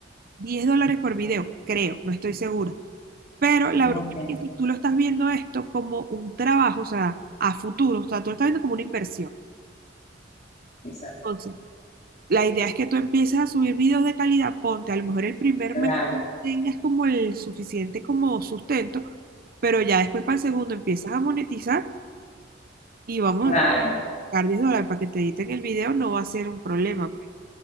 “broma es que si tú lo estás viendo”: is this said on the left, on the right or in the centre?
Right